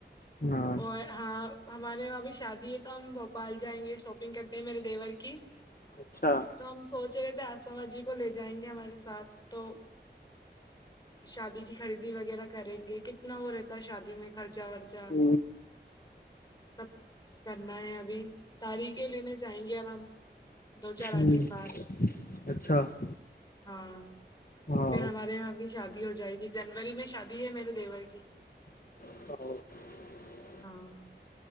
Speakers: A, on the left; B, on the left.
A: ہاں <unintelligible>
B: اور ہاں ہمارے وہاں بھی شادی ہے تو ہم بھوپال جائیں گے شاپنگ کرتے ہیں میرے دیور کی <unintelligible>
A: اچھا <unintelligible>
B: تو ہم سوچ رہے تھے آسام جی کو لے جائیں گے ہمارے ساتھ تو <unintelligible> شادی کی خریدی وغیرہ کریں گے کتنا وہ رہتا تا شادی میں خرچہ ورچہ
A: ہ
B: سب کرنا ہے ابھی <unintelligible> تاریخیں لینے جائیں گے اب ہم دو چار
A: ہ
B: آٹھ دن بعد <unintelligible>
A: اچھا <unintelligible>
B: ہاں
A: ہاں
B: پھر ہمارے یہاں ابھی شادی ہو جائے گی جنوری میں شادی ہے میرے دیور کی
A: ہ <unintelligible>
B: ہاں <unintelligible>